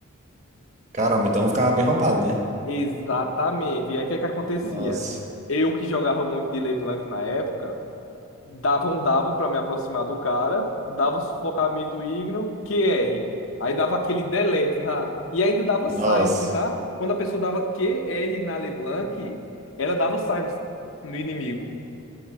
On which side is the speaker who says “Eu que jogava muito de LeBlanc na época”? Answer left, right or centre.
Left